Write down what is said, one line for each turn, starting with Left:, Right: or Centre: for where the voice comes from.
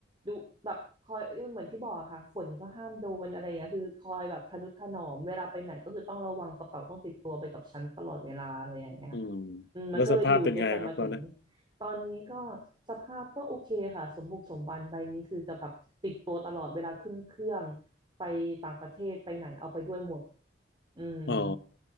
Right: ดูแบบคอยเหมือนที่บอกอะค่ะฝนก็ห้ามโดนอะไรอย่างเงี้ยคือคอยแบบทะนุถนอมเวลาไปไหนก็คือต้องระวังกระเป๋าต้องติดตัวไปกับฉันตลอดเวลาอะไรอย่างเงี้ย
Left: อืม
Right: อืมมันก็เลยอยู่ด้วยกันมาถึง
Left: แล้วสภาพเป็นไงครับตอนนั้น
Right: ตอนนี้ก็สภาพก็โอเคค่ะสมบุกสมบันใบนี้คือจะแบบติดตัวตลอดเวลาขึ้นเครื่องไปต่างประเทศไปไหนเอาไปด้วยหมด อืม
Left: อ๋อ